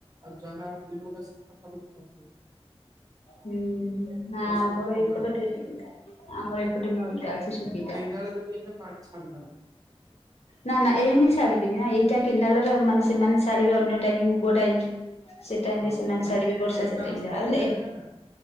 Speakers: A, on the right; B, on the left.
A: ଆଉ ଯାହା ବିଲ ଗୁଡ଼ା ସେ ପାଖାପାଖି କରିଥିବ
B: ହୁଁ ନା ଆମର
A: ସେମାନେ କଣ
B: ଏଇ
A: କରିବେ
B: ଫଟ <unintelligible> ଆମର ଏପଟେ ନ ଟା <unintelligible>
A: କେଣ୍ଡାଳାଯଦି ଏଇଟା ଆଚଛା ହଁ <unintelligible>
B: ନା ନା ଏଇନଁ ଛାଡିବେନି ନା ଏଇଟା କେନାଲ ର ମାନେ ସେମାନେ ଛାଡିବେ ଅନ୍ୟ ଟାଇମ ମୁଗ ଟାଇମ। ସେ ଟାଇମ
A: ହଁ,
B: ରେ ସେମାନେ
A: ଏ-
B: ଛାଡିବେ, ବର୍ଷା
A: ଏବେ
B: ସେ
A: ତାର
B: ଟାଇମ
A: ଷ୍ଟକ୍
B: ରେ ଆଉନେ
A: ଟାଇମ୍ ଟା ନା